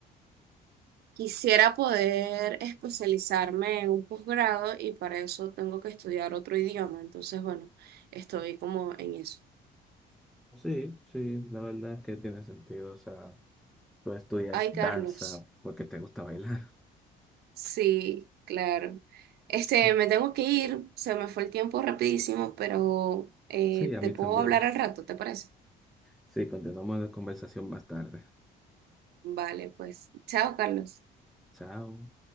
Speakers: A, on the right (about 70°); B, in the centre.
A: quisiera poder especializarme en un posgrado y para eso tengo que estudiar otro idioma. Entonces, bueno, estoy como en eso.
B: Sí, sí, la verdad es que tiene sentido. O sea, tú estudias
A: Ay, Carlos.
B: danza porque te gusta bailar.
A: Sí, claro. Este,
B: <laughs>
A: me tengo que ir, se me fue el tiempo rapidísimo, pero eh,
B: Sí, a
A: te
B: mí
A: puedo
B: también.
A: hablar al rato, ¿te parece?
B: Sí, continuamos la conversación más tarde.
A: Vale, pues. Chao, Carlos.
B: Chao.